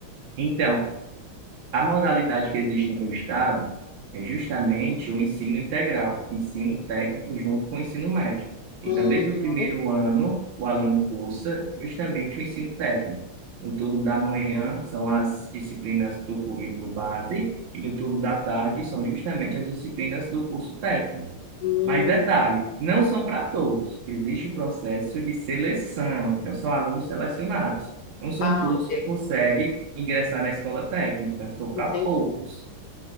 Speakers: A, on the right; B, on the left.
A: Então, A modalidade que existe no meu estado é justamente o ensino integral, ensino técnico junto com o ensino médio. Então,
B: Uhum.
A: desde o primeiro ano, o aluno cursa justamente o ensino técnico. No turno da manhã são as disciplinas do currículo base e no turno da tarde são justamente as disciplinas do curso técnico.
B: Hum.
A: Mas detalhe, não são para todos. Existe um processo de seleção, então são alunos selecionados. Não são
B: Ah,
A: todos
B: ok.
A: que conseguem ingressar na escola técnica, são para
B: Entendi.
A: poucos.